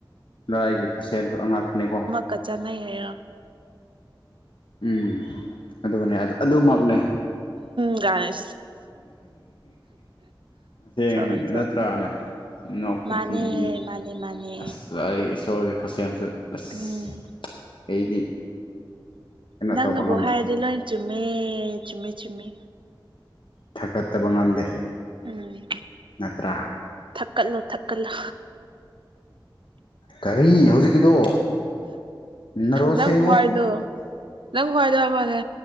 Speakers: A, on the left; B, on the right.
A: ꯂꯥꯏꯒꯤ ꯈꯨꯠꯁꯦꯝꯁꯨ ꯑꯉꯛꯄꯅꯦꯀꯣ
B: ꯀꯆꯥꯅꯩ ꯍꯥꯏꯔꯣ
A: ꯎꯝ ꯑꯗꯨꯅꯦ ꯑꯗꯨꯃꯛꯅꯦ
B: ꯒꯥꯏ
A: ꯊꯦꯡꯉꯦ
B: ꯊꯣꯛ ꯑꯣꯟꯊꯣꯛ
A: ꯅꯠꯇ꯭ꯔꯅꯦ ꯅꯣꯛꯄꯗꯤ
B: ꯃꯥꯅꯦ
A: ꯃꯤ
B: ꯃꯥꯅꯦ ꯃꯥꯅꯦ
A: ꯑꯁ ꯂꯣꯏ ꯏꯁꯣꯔꯒꯤ ꯈꯨꯠꯁꯦꯝꯁꯨ ꯑꯁ
B: ꯎꯝ
A: ꯑꯩꯗꯤ ꯀꯩꯅꯣ
B: ꯅꯪꯅꯕꯨ
A: ꯇꯧꯕ ꯉꯝꯗꯦ
B: ꯍꯥꯏꯔꯗꯤ ꯂꯣꯏꯟ ꯆꯨꯝꯃꯦ ꯆꯨꯝꯃꯦ ꯆꯨꯝꯃꯦ
A: ꯊꯥꯒꯠꯇꯕ ꯉꯝꯗꯦ
B: ꯎꯝ
A: ꯅꯠꯇ꯭ꯔꯥ
B: ꯊꯛꯀꯠꯂꯣ ꯊꯛꯀꯠꯂꯣ
A: ꯀꯔꯤ ꯍꯧꯖꯤꯛꯀꯤꯗꯣ ꯅꯔꯣꯟ
B: ꯅꯪ
A: ꯁꯦꯡꯉꯨ
B: ꯈꯨꯍꯥꯏꯗꯣ ꯅꯪ ꯈꯨꯍꯥꯏꯗꯣ ꯍꯥꯏꯕꯩ ꯋꯥꯅꯦ